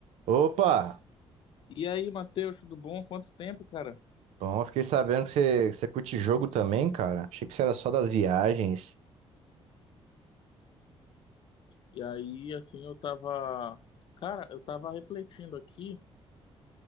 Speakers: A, on the right; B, on the left.
A: Opa!
B: E aí, Matheus, tudo bom? Quanto tempo, cara?
A: Bom, fiquei sabendo que você, que você curte jogo também, cara. Achei que você era só das viagens.
B: E aí, assim, eu tava. Cara, eu tava refletindo aqui.